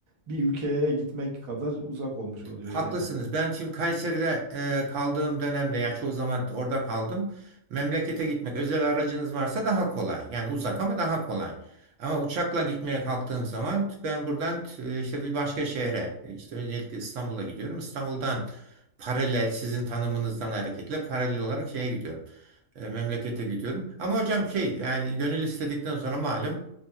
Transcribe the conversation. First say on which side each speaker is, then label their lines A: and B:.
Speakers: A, on the right; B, on the right.
A: bir ülkeye gitmek kadar uzak olmuş oluyor
B: Haklısınız.
A: yani.
B: Ben şimdi Kayseri'de e, kaldığım dönemde yani çoğu zaman orada kaldım. Memlekete gitmek özel aracınız varsa daha kolay. Yani uzak ama daha kolay. Ama uçakla gitmeye kalktığım zaman ben buradan e, işte bir başka şehre e, işte öncelikle İstanbul'a gidiyorum. İstanbul'dan paralel sizin tanımınızdan hareketle paralel olarak şeye gidiyorum. E, memlekete gidiyorum. Ama hocam şey yani gönül istedikten sonra malum